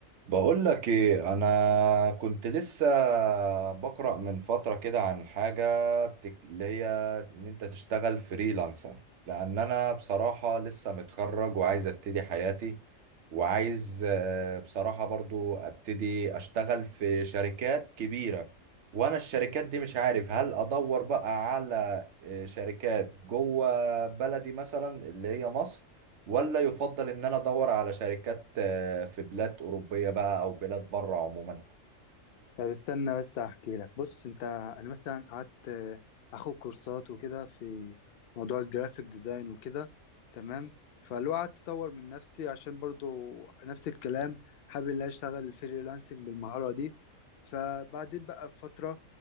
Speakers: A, on the right; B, on the left.
A: بقول لك ايه انا كنت لسه بقرأ من فترة كده عن حاجة بتك... اللي هي ان انت تشتغل فريلانسر لان انا بصراحة لسه متخرج وعايز ابتدي حياتي وعايز آه، بصراحة برضو ابتدي اشتغل في شركات كبيرة وانا الشركات دي مش عارف هل ادور بقى على آه، شركات جوه بلدي مثلا اللي هي مصر ولا يفضل ان انا ادور على شركات آه، في بلاد اوروبيه بقى او بلاد بره عموما
B: طب استنى بس احكي لك بص انت انا مثلا قعدت آه، اخد كورسات وكده في موضوع الجرافيك ديزاين وكده تمام فلو قعدت اطور من نفسي عشان برضو نفس الكلام حابب ان أنا اشتغل فريلانسنج بالمهارة دي فبعدين بقى بفترة